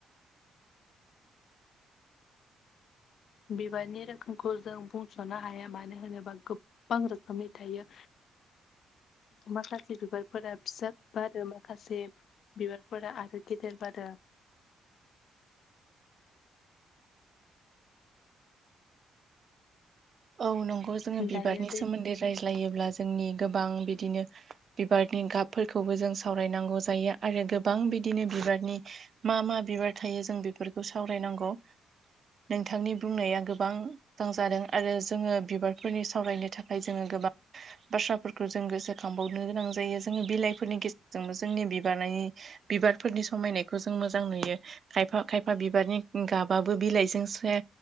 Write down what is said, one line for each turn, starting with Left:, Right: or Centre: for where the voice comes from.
Left: बिबारनि रोखोमखौ जों बुंस'नो हाया मानो होनोबा गोबां रोखोमनि थायो। माखासे बिबारफोरा फिसा फिसा बारो माखासे बिबारफोरा आरो गेदेर बारो।
Right: औ नंगौ जोङो बिबारनि
Left: दायो दै
Right: सोमोन्दै रायज्लायोब्ला जों जोंनि गोबां बिदिनो बिबारनि गाबफोरखौबो जों सावरायनांगौ जायो आरो गोबां बि दिनो बिबारनि मा मा बिबार थायो जों बेफोरखौ सावरायनांगौ। नोंथांनि बुंनाया गोबां मोजां जादों। आरो जोङो बिबारफोरनि सावरायनो थाखाय जोङो गोबां बाथ्राफोरखौ जों गोसोखांबावनो गोनां जायो जोङो बिलाइफोरनि गेजेरजोंबो जोंनि बिबारनि बिबारफोरनि समायनायखौ जों मोजां नुयो। खायफा खायफा बिबारनि गाबाबो बिलाइजों